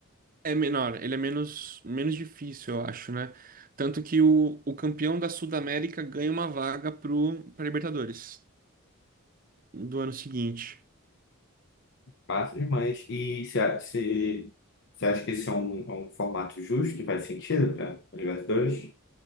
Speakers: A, on the right; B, on the left.
A: É menor, ele é menos, menos difícil, eu acho, né? Tanto que o, o campeão da Sudamérica ganha uma vaga pro, pra Libertadores do ano seguinte.
B: Massa demais. E você a- você- você acha que esse é um, é um formato justo que faz sentido para Libertadores?